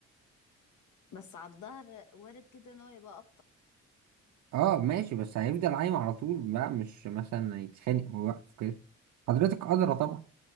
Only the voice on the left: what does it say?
بس على الظهر وارد جدا ان هو يبقى أبطأ